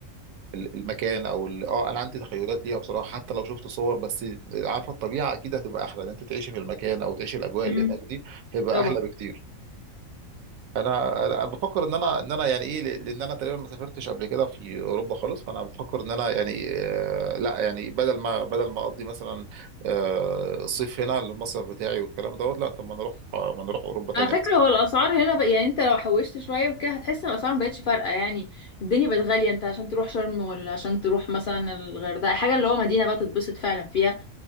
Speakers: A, on the right (about 75°); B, on the left (about 70°).
A: ال- المكان او ال- اه انا عندي تخيلات ليها بصراحه حتى لو شفت صور بس عارفه الطبيعه اكيد هتبقى احلى ان انت تعيشي في المكان او تعيشي الاجواء
B: أمم.
A: اللي هناك دي هيبقى
B: طبعا
A: احلى بكتير انا انا أنا بفكر ان انا ان انا يعني ايه ل- لان انا تقريبا ما سافرتش قبل كده في اوروبا خالص فانا بفكر ان انا يعني آه، لا يعني بدل ما بدل ما اقضي مثلا آه، الصيف هنا المصيف بتاعي والكلام دوت لا طب ما نروح آه، ما نروح اوروبا تاني
B: على فكرة هو الأسعار هنا بقى يعني أنت لو حوشت شوية وكده هتحس إن الأسعار مبقتش فارقة يعني الدنيا بقت غالية أنت عشان تروح شرم ولا عشان تروح مثلا الغردقة حاجة اللي هو مدينة بقى تتبسط فعلا فيها